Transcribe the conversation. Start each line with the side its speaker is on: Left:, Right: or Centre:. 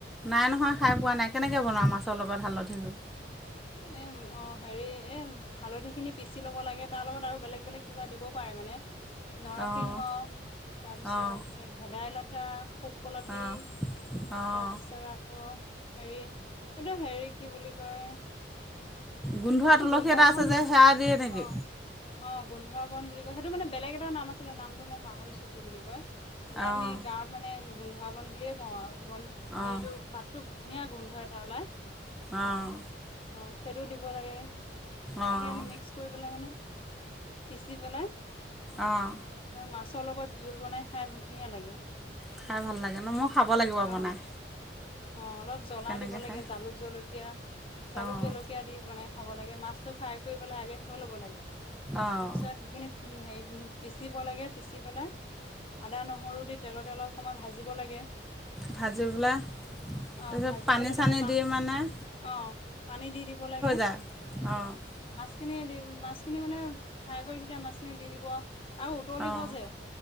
Centre: নাই নহয় খাই পোৱা নাই কেনেকৈ বনাওঁ মাছৰ লগত হালধিযোৰোৰ
Left: এম অ' হেৰি এ হালধি খিনি পিচি ল'ব লাগে তাৰ লগত আৰু বেলেগ বেলেগ কিবা দিব পাৰে মানে নৰসিংহ
Centre: অঁ
Left: তাৰপিছত
Centre: অঁ
Left: ভেদাইলতা শুকলতি
Centre: অঁ অঁ
Left: তাৰপিছত আকৌ হেৰি এইটো হেৰি কি বুলি কয়?
Centre: গোন্ধোৱা
Left: এই
Centre: তুলসী এটা
Left: বন
Centre: আছে যে সেয়া দিয়ে নেকি?
Left: অ অ' গোন্ধ বন বুলি কয় সেইটো মানে বেলেগ এটা নাম আছিলে নামটো মই পাহৰিছো কি বুলি কয়? এনেই
Centre: অঁ
Left: আমি গাঁৱত মানে উ গন্ধোৱা বন বুলে কওঁ আৰু বন হেটো
Centre: অঁ
Left: পাতটো ধুনীয়া গোন্ধ এটা ওলাই।
Centre: অঁ
Left: অ', সেইটো দি <unintelligible> তেনেকে
Centre: অঁ
Left: মিক্স কৰি‌ পেলাই মানে পিচি পেলাই
Centre: অঁ
Left: মাছৰ লগত জোল বনাই খাই ধুনীয়া লাগে
Centre: খাই ভাল লাগে ন' মই খাব লাগিব বনাই।
Left: অ অ', অলপ জ্বলা
Centre: কেনেকৈ
Left: দিব লাগে,
Centre: খায়
Left: জালুক, জলকীয়া জালুক,
Centre: অঁ
Left: জলকীয়া দি বনাই খাব লাগে, মাছটো ফ্ৰাই কৰিবলৈ আগে থৈ ল'ব লাগে,
Centre: অঁ
Left: তাৰ পিছত সেইখিনি উম, হেৰি উম, পিছিব লাগে পিচি পেলাই আদা, নহৰু দি তেলত <unintelligible> সময় ভাজিব লাগে,
Centre: ভাজি পেলাই
Left: অ',
Centre: তাৰপিছত
Left: ভাজি
Centre: পানী
Left: পেলাই
Centre: চানী
Left: তাৰপিছত পাহ
Centre: দি মানে
Left: অ', পানী দি দিব লাগে।
Centre: <unintelligible> অ'।
Left: খিনি দি মাছখিনি মানে ফ্ৰাই কৰি থৈ দিয়া মাছখিনি দি দিব আ আৰু উতলিব
Centre: অঁ
Left: যে,